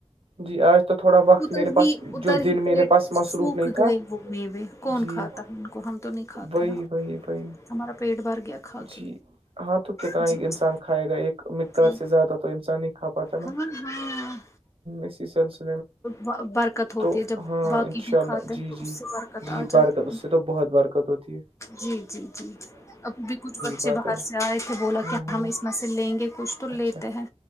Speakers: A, on the right (about 55°); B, on the left (about 25°).
A: جی آج تو تھوڑا وقت
B: ادر
A: میرے پاس
B: ہی ادر
A: جو دن
B: ہی پیٹ
A: میرے پاس
B: میں
A: مصروف
B: سوکھ
A: نہیں تھا
B: گئے وہ موے کون
A: جی
B: کھاتا ہے ان کو ہم تو نہیں کھاتے
A: وہی
B: ہیں آ
A: وہی وہی
B: ہمارا پیٹ بھر گیا کھا کے
A: جی ہاں تو کتنا
B: جی
A: ہی انسان
B: جی
A: کھائے گا ایک
B: جی
A: سے زیادہ تو انسان ہی کھا پاتا نا
B: ہاں ہاں
A: اسی سلس
B: ب- برکت ہوتی
A: تو
B: ہے جب
A: ہاں
B: باقی
A: ان
B: بھی
A: شاء اللہ
B: کھاتے ہیں
A: جی
B: تو
A: جی
B: اس سے برکت
A: جی
B: آ جاتی
A: برکت اس
B: ہے۔
A: سے تو بہت برکت کتچی
B: جی جی جی اب بھی کچھ بچے
A: بات
B: باہر
A: ہے
B: سے آئے تھے بولا
A: ہ
B: کہ
A: ہ
B: ہمیں اس مسئ پھر لیں گے کچھ تو
A: اچھا
B: لیتے ہیں